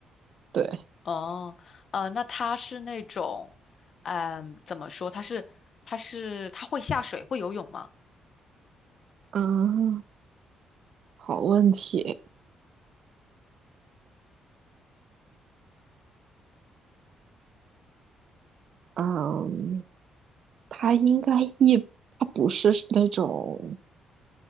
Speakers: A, on the right (about 60°); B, on the left (about 50°).
A: 对。
B: 哦，呃，那它是那种，嗯、怎么说？它是它是它会下水，会游泳吗？
A: 嗯，好问题。嗯，它应该一，它不是那种，